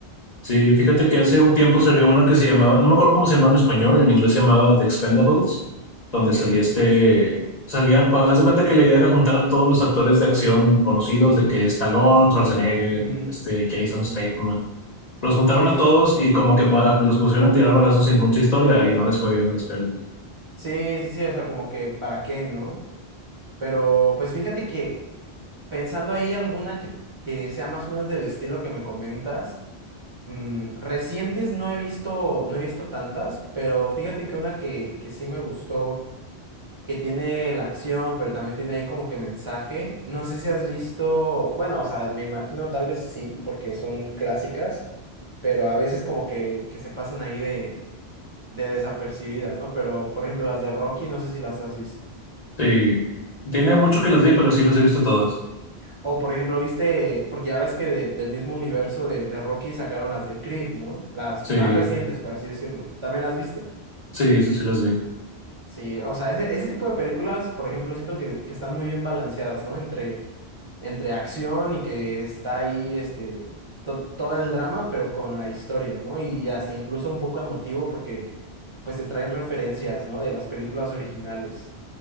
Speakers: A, on the left; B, on the right.
A: Sí, fíjate que hace un tiempo salió una que se llamaba, no me acuerdo cómo se llamaba en español, en inglés se llamaba The Expendables, donde
B: Ok.
A: salía este, salían, cu- haz de cuenta que la idea era juntar a todos los actores de acción conocidos, de que Stallone, Schwarzenegger
B: Ujú.
A: y este Jason
B: Sí, sí, sí.
A: Statham, los juntaron
B: Sí,
A: a
B: sí,
A: todos
B: sí.
A: y como que pu- los pusieron a tirar balazos sin mucha historia y no les fue bien a las pelis.
B: Sí, sí, sí, o sea, como que para qué, ¿no? Pero pues fíjate que pensando ahí alguna que, que sea más o menos del estilo que me comentas, mm, recientes no he visto, no he visto tantas, pero fíjate que una que, que sí me gustó. que tiene la acción, pero también tiene ahí como que mensaje. No sé si has visto, bueno, o sea, me imagino tal vez sí, porque son clásicas, pero a veces como que, que se pasan ahí de, de desapercibidas, ¿no? Pero, por ejemplo, las de Rocky, no sé si las has visto.
A: Sí, tiene mucho que las vi, pero sí las he visto todas.
B: O, por ejemplo, viste, porque ya ves que de- del mismo universo de, de Rocky sacaron las de Creed, ¿no? Las
A: Sí,
B: más recientes, por así decirlo. ¿También las viste?
A: sí, eso sí las vi.
B: Sí, o sea, ese, ese tipo de películas, por ejemplo, siento que, que están muy bien balanceadas, ¿no? Entre, entre acción y que está ahí este, to- todo el drama, pero con la historia, ¿no? Y hasta incluso un poco emotivo porque pues te traen referencias, ¿no? De las películas originales.